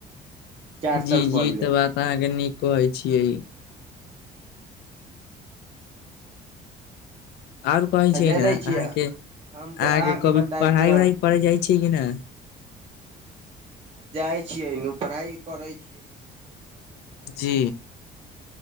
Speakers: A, on the right; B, on the left.
A: चार
B: जी-
A: साल
B: जी!
A: पहिले
B: ई तऽ बात अहाँके नीक कहै छियै। और कहै
A: आ
B: छियै
A: जानै
B: ने,
A: छियै
B: अहाँके -अहाँके
A: हम अहाँके
B: कभी
A: बताय
B: पढ़ाई
A: छी
B: -उढ़ाई करे जाइ छै कि ने।
A: जाइ छीयै, पढ़ाइ करै छियै। अहाँके अभियो तऽ पढ़ाइए
B: जी।